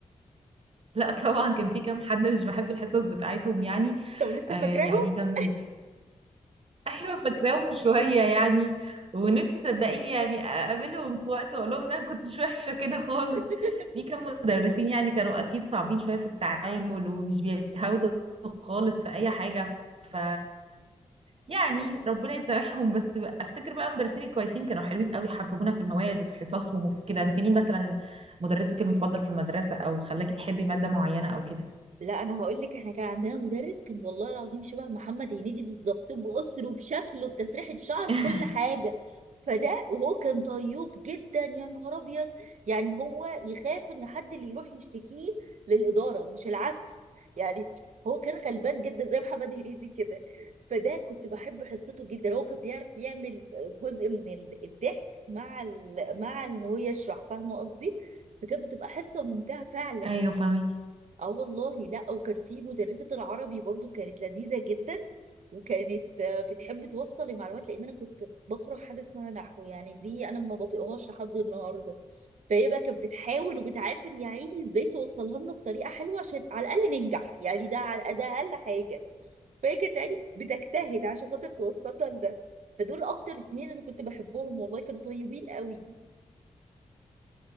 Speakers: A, on the right (about 55°); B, on the right (about 80°).
A: لا طبعا كان في كام حد مش بحب الحصص بتاعتهم يعني
B: طب لسه
A: آه
B: فاكراهم
A: يعني كان ايوه فاكراهم شويه يعني ونفسي صدقيني يعني اقابلهم في وقت واقول لهم ان انا كنتش وحشه كده خالص
B: <laughs>
A: في كام مدرسين يعني كانوا اكيد صعبين شويه في التعامل ومش بيتهاودوا خالص في اي حاجه ف يعني ربنا يسامحهم بس بقى- افتكر بقى مدرسين الكويسين كانوا حلوين قوي حببونا في المواد وفي حصصهم وفي كده انت مين مثلا مدرسك المفضل في المدرسه او خلاكي تحبي ماده معينه او كده
B: لا انا هقول لك احنا كان عندنا مدرس كان والله العظيم شبه محمد هنيدي بالظبط باسره بشكله بتسريحه شعره
A: <laughs>
B: بكل حاجه فده وهو كان طيوب جدا يا نهار ابيض يعني هو يخاف ان حد اللي يروح يشتكيه للاداره مش العكس يعني هو كان غلبان جدا زي محمد هنيدي كده فده كنت بحب حصته جدا هو كان بيعرف يعمل جزء من ال- الضحك مع ال... مع ان هو يشرح فاهمه قصدي فكانت بتبقى حصه ممتعه فعلا
A: ايوه فاهمك
B: اه والله لا وكان في مدرسة العربي برضو كانت لذيذة جدا وكانت آه، بتحب توصل المعلومات لان انا كنت بكره حاجة اسمها نحو يعني دي انا ما بطيقهاش لحد النهاردة فهي بقى كانت بتحاول وبتعافر يا عيني ازاي توصلها لنا بطريقة حلوة عشان على الاقل ننجح يعني ده على ده اقل حاجة فهي كانت يعني بتجتهد عشان خاطر توصلنا لده فدول اكتر اتنين انا كنت بحبهم والله كانوا طيبين قوي